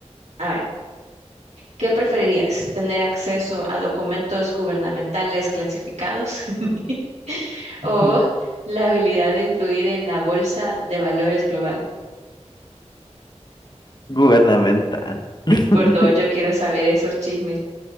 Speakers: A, on the right (about 75°); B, on the left (about 40°).
A: A ver, ¿qué preferirías? ¿Tener acceso a documentos gubernamentales clasificados <laughs>
B: <laughs>
A: o la habilidad de influir en la bolsa de valores global?
B: Gubernamental. <laughs>
A: Por dos, yo quiero saber esos chismes.